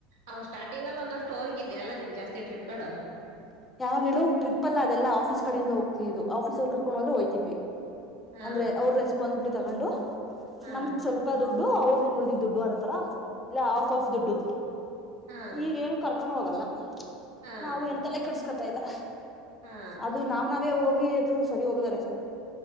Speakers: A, on the right; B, on the left.
A: ಅವ ಸ್ಟಾರ್ಟಿಂಗ್ ಅಲ್ಲ ಒಂದಷ್ಟು ಹೋಗಿದ್ದ್ಯಾಲ್ಲಾ ನೀನ್ ಜಾಸ್ತಿ ಟ್ರಿಪ್ಗಳು
B: ಯಾವಾಗ ಹೇಳ ಟ್ರಿಪ್ ಅಲ್ಲ ಅದೆಲ್ಲ ಆಫೀಸ್ ಕಡೆಯಿಂದ ಹೋಗ್ತಿದ್ ಆಫೀಸ್ರ್ ಕರ್ಕೊಂಡು ಹೋದರೆ ಹಯ್ತಿದ್ವಿ
A: ಹಾ
B: ಅಂದ್ರೆ ಅವ್ರ ರೆಸ್ಪಾನ್ಸಿಬಿಲಿಟಿ ತಗೊಂಡು
A: ಹಾ
B: ನಮ್ ಸ್ವಲ್ಪ ದುಡ್ ದುಡ್ಡು ಅವ್ರ ದಿನ ಉಳ್ದಿದ್ದ ದುಡ್ಡು ಅರತರ ಇಲ್ಲ ಆಫ್ ಆಫ್ ದುಡ್ಡು
A: ಹಾ
B: ಈಗ ಕ ಕಕೊಂಡ ಹೋಗಲ್ಲ
A: ಹಾ
B: ನಾವು ಎಂತಲ್ಲ ಕಸ್ಕೊತ ಇಲ್ಲ
A: ಹಾ
B: ಅದು ನಾವ ನಾವೇ ಹ ಇ ಹ